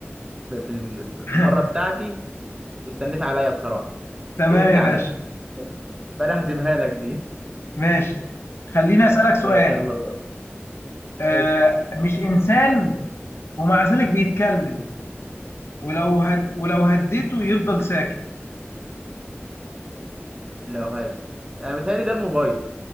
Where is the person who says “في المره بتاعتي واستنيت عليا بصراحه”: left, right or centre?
Right